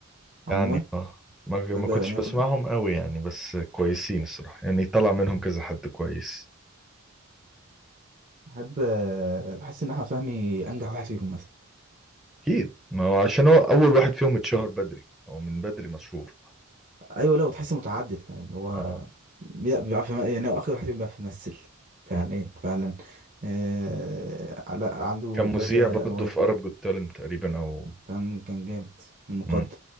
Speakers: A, on the right (about 35°); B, in the centre.
A: عموما
B: يعني اه ما
A: بحب
B: ما كنتش
A: اغانيه
B: بسمعهم
A: كلها
B: قوي يعني بس كويسين الصراحة يعني طلع منهم كذا حد كويس
A: بحب آه، بحس ان احمد فهمي انجح واحد فيهم مثلا
B: اكيد ما هو عشان هو اول واحد فيهم اتشهر بدري هو من بدري مشهور
A: ايوه لا وتحس متعدد كمان هو
B: آه.
A: لا بيعرف يم- يعني هو اكتر واحد فيهم بيعرف يمثل فعليا
B: مم.
A: فعلا آه لا عنده
B: كان مذيع
A: كذا
B: برضه
A: موهبه
B: في Arab Got Talent تقريبا او
A: كان كان جامد المقدم
B: مم.